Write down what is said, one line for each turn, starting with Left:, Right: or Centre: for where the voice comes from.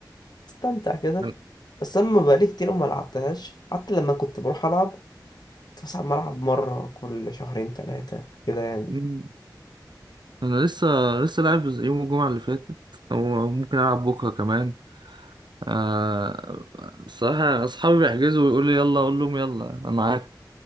Left: استمتع كده
Right: أنا
Left: بس اما بقالي كتير أوي ما لعبتهاش حتى لما كنت بروح العب كنت بس عم العب مره كل شهرين ثلاثه كده يعني
Right: مم. أنا لسه لسه لاعب يوم الجمعة اللي فاتت أو أو ممكن ألعب بكرة كمان آه الصراحة أصحابي بيحجزوا ويقولوا لي يلا أقول لهم يلا أنا معاك